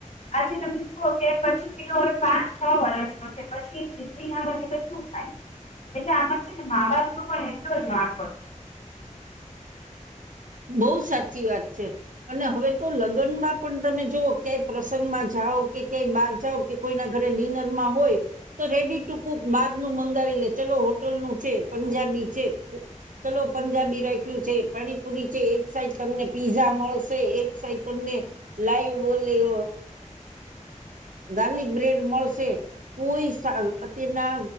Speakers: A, on the left (about 55°); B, on the right (about 80°).
A: આજે તમે જૂઓ કે પછી પીલો હવે પાંચ છ વર્ષ નો છે પછી જીદી ના બને તો શું થાય એટલે આમાં છે ને મા - બાપ નો પણ એટલો જ વાંક હોય છે
B: બહુ સાચી વાત છે. અને હવે તો લગ્નમાં પણ તમે જોઓ, ક્યાંય પ્રસંગમાં જાઓ કે ક્યાંય બાર જાવ કે કોઈના ઘરે ડિનર માં હોય તો રેડી ટુ કુક બહાર નું મંગાવી લે. ચલો હોટલનું છે પંજાબી છે. ચલો પંજાબી રાખ્યું છે પાણીપુરી છે એક સાઈડ તમને પીઝા મળશે એક સાઈડ તમને લાઈવ બોલી ગાર્લિક બ્રેડ મળશે. કોઈ અત્યારના